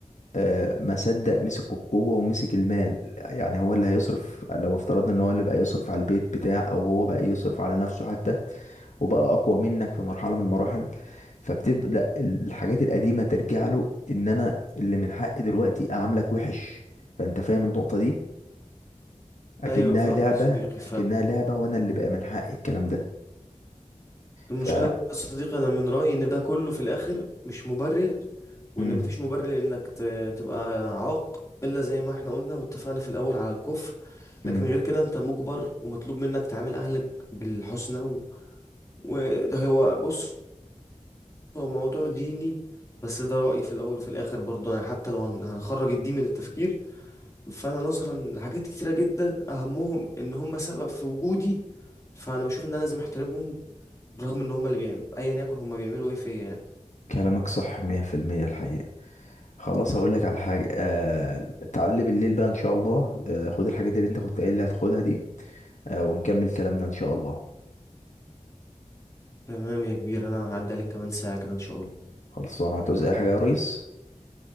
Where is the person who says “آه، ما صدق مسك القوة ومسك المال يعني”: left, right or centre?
Left